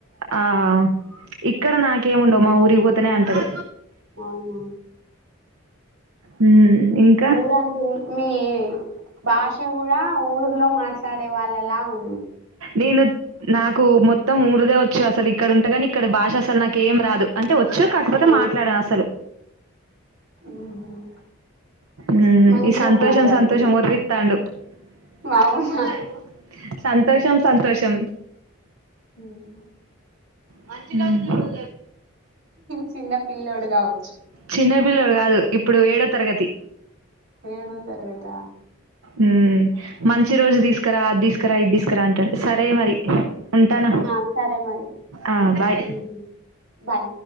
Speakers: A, on the right; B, on the right.
A: ఆ ఇక్కడ నాకేముండవ్ మాఊరి రివ్పోతనే అంటరు
B: అవున
A: హ్మ్ ఇంకా
B: ఊరంటే మీ మీ భాష కూడా ఊర్లో మాట్లా చాలే వాళ్ళలా ఉ
A: నేను నాకు మొత్తం ఇప్పుడే వచా అసలిక్కడ ఉంటగాని ఇక్కడ భాష అసలు నాకెం రాదు అన్ అంటే వచ్చు కాకపోతే
B: ఆ
A: మాట్లాడా అసలు
B: మ్మ్
A: మ్మ్
B: మంచిగా
A: ఈ సంతోషం
B: మాట్లాడుతున్నారు
A: సంతోషం వొరీవితాండు <inaudible>
B: అవునా
A: సంతోషం సంతోషం
B: మ్మ్.
A: మంచిగా చూడు
B: చిన్న పిల్లోడు కావచ్చు
A: చిన్న పిల్లోడు కాదు ఇప్పుడు ఏడో తరగతి
B: ఏడో తరగతా
A: ఉ మ్ మంచి రోజు తీసకరా అది తీసకరా ఇది తీసకరా అంటండు సరే మరి ఉంటానా
B: ఆ సరే మరి
A: ఆ బాయ్
B: మ్మ్. బాయ్